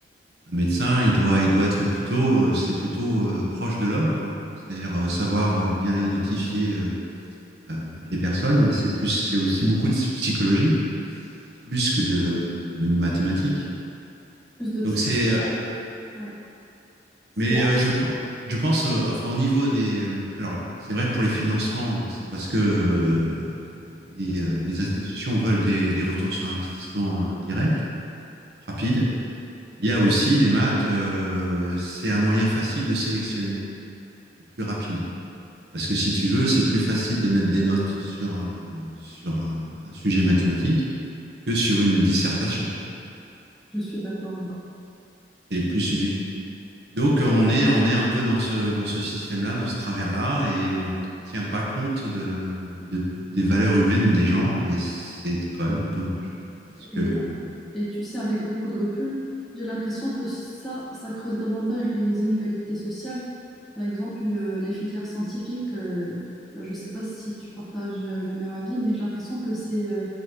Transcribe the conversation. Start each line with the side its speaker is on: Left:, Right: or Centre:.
Right: Un médecin, il doit, il doit être plutôt, euh, c'est plutôt euh, proche de l'homme, quoi. C'est-à-dire euh, savoir euh, bien identifier euh, euh, les personnes. Et c'est plus, c'est aussi beaucoup de psychologie, plus que de, de mathématiques.
Centre: Plus de psycho.
Right: Donc c'est, euh,
Centre: Ouais, c'est,
Right: mais
Centre: bon,
Right: euh, je pense, je pense, euh, enfin au niveau des, euh, alors c'est vrai que pour les financements, bon, c'est parce que euh, les, euh, les institutions veulent des, des retours sur investissement euh, direct, rapide. Il y a aussi les maths, euh, c'est un moyen facile de sélectionner et plus rapide. Parce que si tu veux, c'est plus facile de mettre des notes sur, euh, sur un, un sujet mathématique que sur une dissertation, par exemple.
Centre: je suis d'accord avec.
Right: C'est plus subjectif. Donc on est, on est un peu dans ce, dans ce système-là, dans ce travers-là, et on ne tient pas compte de, de- des valeurs humaines des gens, et c'est quand même dommage. Parce que,
Centre: toi. Et tu sais, avec beaucoup de recul, j'ai l'impression que ça, ça creuse davantage les inégalités sociales. Par exemple, le- les filières scientifiques, euh, bah, je ne sais pas si tu partages euh, le même avis, mais j'ai l'impression que c'est euh,